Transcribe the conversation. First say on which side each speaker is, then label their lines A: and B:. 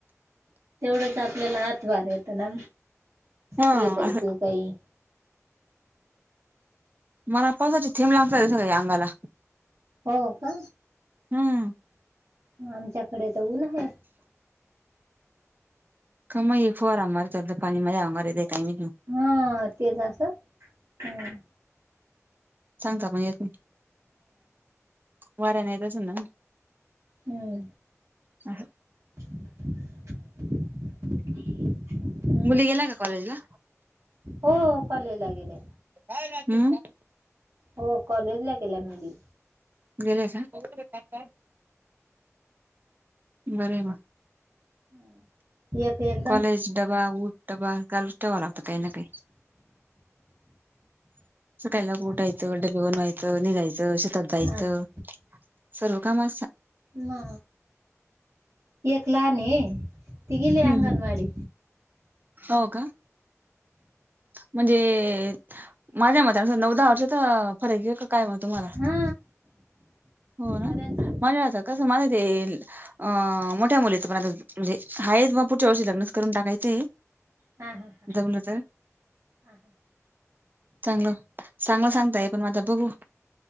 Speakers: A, on the right (about 65°); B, on the right (about 35°).
A: तेवढंच आपल्याला हात वार येतं ना
B: हा
A: हे काय
B: असं
A: ते काही.
B: मला पसाची थेब लागता त स का या अंगाला.
A: हो का
B: हम्म.
A: आमच्याकडे तर ऊन आहे.
B: काम एक फर आम तर पाणी मजावणार रेेत काही.
A: हा तेच हम.
B: सांगता पण येत वाऱ्या नाही येत अस ना.
A: हम्म
B: अ
A: <unintelligible>
B: मुलीगेला काॉलेज ल
A: हो कललगे.
B: काय का
A: हो कॉलेज ला केला मी.
B: गेले का बर म
A: हम् एकक.
B: कॉलेज डबा ऊट डबाल ठेवा लागत काही ना काही. सका एला ऊटा यतो डडे भोवन आयतो नगयतो श. जायचं
A: अस
B: सर्व काम.
A: ना एकला न तघली
B: हम्म
A: अंगनवाडी.
B: हम्म हो का म्हणजे माझ्या मतान नौदाहा वर्षात फरक आहे का काय मत. तुम्हाला
A: हा
B: हो ना
A: बराच
B: माज्याता कस माला ते. अ मोठ्या मुलीच पण आता म्हणजे हा मग पुढच्या वर्षी लग्नच करून टाकायचे.
A: हा हा ह.
B: जाऊ ना तर
A: हा हा.
B: चांगलं चांगलं सांगताय पण माझा बघू.